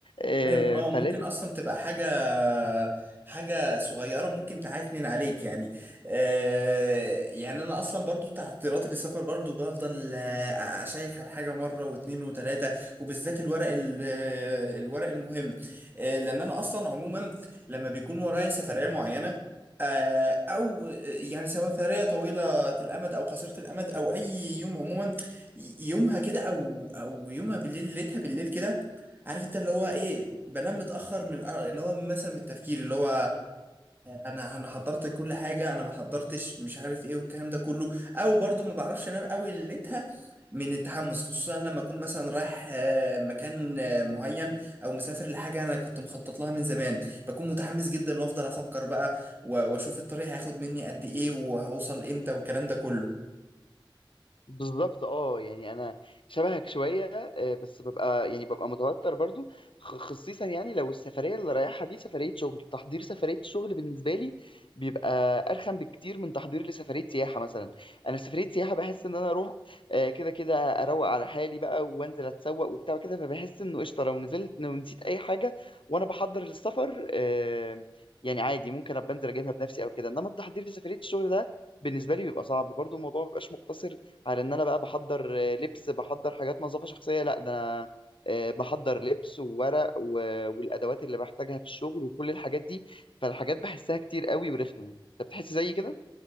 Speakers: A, on the left; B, on the right.
A: آه،
B: فاهم اه ممكن
A: فلازم
B: اصلا تبقى حاجه حاجه صغيره ممكن تعكنن عليك يعني آه يعني انا اصلا برضو تعثيراتي للسفر برضو بفضل آه، اشيك على حاجه مره واتنين وتلاته وبالذات الورق ال- آه، الورق المهم آه لان انا اصلا عموما لما بيكون ورايا سفريه معينه آه، او آه، يعني سفريه طويله الامد او قصيره الامد او اي يوم عموما يومها كده او او يومها بالليل ليلتها بالليل كده عارف انت اللي هو ايه بنام متاخر من اللي هو مثلا من التفكير اللي هو انا انا حضرت كل حاجه انا ما حضرتش مش عارف ايه والكلام ده كله او برضو ما بعرفش انام قوي ليلتها من التحمس خصوصا لما اكون مثلا رايح آه، مكان آه، معين او مسافر لحاجه انا كنت مخطط لها من زمان بكون متحمس جدا وافضل افكر بقى و- واشوف الطريق هياخد مني قد ايه وهوصل امتى والكلام ده كله
A: بالظبط اه يعني انا شبهك شويه آه، بس ببقى يعني ببقى متوتر برضو خ- خصيصا يعني لو السفريه اللي رايحها دي سفريه شغل تحضير سفريه الشغل بالنسبه لي بيبقى ارخم بكتير من تحضير لسفريه سياحه مثلا انا في سفريه سياحه بحس ان انا اروح آه، كده كده اروق على حالي بقى وانزل اتسوق وبتاع كده فبحس انه قشطه لو نزلت لو نسيت اي حاجه وانا بحضر للسفر آه، يعني عادي ممكن ابقى انزل اجيبها بنفسي او كده انما التحضير لسفريه الشغل ده بالنسبه لي بيبقى صعب برضو الموضوع ما بيبقاش مقتصر على ان انا بقى بحضر آه، لبس بحضر حاجات نظافه شخصيه لا ده انا آه، بحضر لبس وورق و- والادوات اللي بحتاجها في الشغل وكل الحاجات دي فالحاجات بحسها كتير قوي ورخمه انت بتحس زي كده